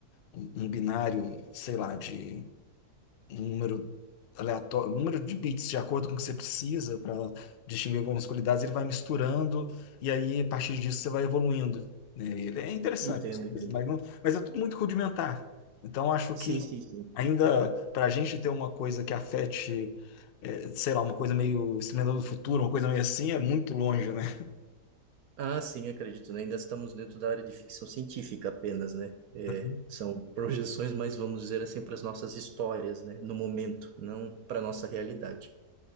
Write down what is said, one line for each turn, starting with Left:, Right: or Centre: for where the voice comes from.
Left: um um binário, sei lá, de um número aleatório, um número de bits de acordo com o que você precisa para distinguir algumas qualidades, ele vai misturando e aí a partir disso você vai evoluindo. né? Ele é interessante,
Right: Entendo,
Left: mas,
Right: entendo.
Left: mas não- mas é tudo muito rudimentar. Então acho
Right: Sim,
Left: que
Right: sim, sim.
Left: ainda para a gente ter uma coisa que afete, eh, sei lá, uma coisa meio Exterminador do Futuro, uma coisa meio assim, é muito longe, né?
Right: Ah, sim, acredito, né? Ainda estamos dentro da área de ficção científica apenas, né? É,
Left: <laughs>
Right: são projeções, mas vamos dizer assim, para as nossas histórias, né? No momento, não para a nossa realidade.